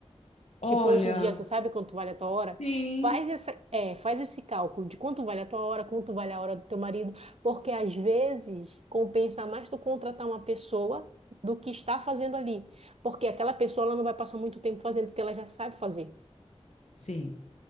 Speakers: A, on the left; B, on the right.
A: Olha,
B: Tipo, hoje em dia, tu sabe quanto vale a tua hora?
A: sim,
B: Faz essa, é, faz esse cálculo de quanto vale a tua hora, quanto vale a hora do teu marido, porque às vezes compensa mais tu contratar uma pessoa do que está fazendo ali. Porque aquela pessoa, ela não vai passar muito tempo fazendo, porque ela já sabe fazer.
A: sim.